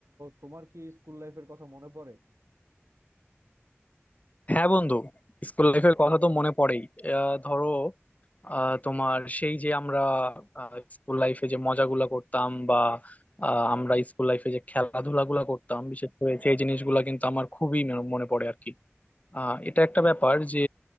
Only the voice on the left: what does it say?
হ্যাঁ বন্ধু স্কুল লাইফের কথা তো মনে পড়েই আহ, ধরো আহ, তোমার সেই যে আমরা স্কুল লাইফে যে মজাগুলা করতাম বা আহ, আমরা স্কুল লাইফে যে খেলাধুলা গুলা করতাম বিশেষ করে সেই জিনিসগুলা কিন্তু আমার খুবই মনে মনে পড়ে আর কি আহ এটা একটা ব্যাপার যে